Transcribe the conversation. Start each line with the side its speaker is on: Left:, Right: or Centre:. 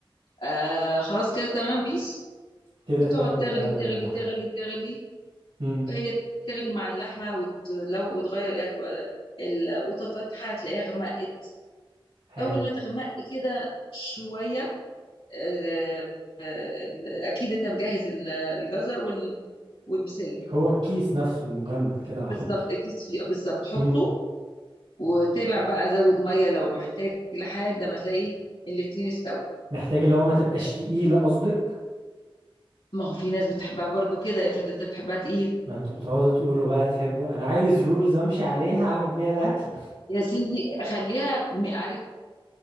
Left: آه خلاص كده تمام بيس
Right: كده تمام
Left: تقعد
Right: كده
Left: تغلي
Right: عملنا
Left: تغلي
Right: اللحم
Left: تغلي تغلي
Right: مم.
Left: هي تغلي مع اللحمة وتلو وتغير هتبقى القوطة فاتحة تلاقيها غمقت
Right: حلو
Left: أول ما تغمق كده شوية آه، آه، أكيد أنت مجهز ال- الجزر وال- والبسلة
Right: هو الكيس نفسه المجمد كده هحطه
Left: بالظبط الكيس فيه بالظبط حطه
Right: امم
Left: وتابع بقى زود مية لو محتاج لحد ما تلاقي الاتنين استووا
Right: محتاج اللي هو ما تبقاش تقيلة قصدك
Left: ما هو في ناس بتحبها برضو كده افرض انت بتحبها تقيل
Right: ما انتوا بتقعدوا تقولوا بقى تحبوا انا عايز رولز امشي عليها اعمل بيها الاكل
Left: يا سيدي خليها م- عارف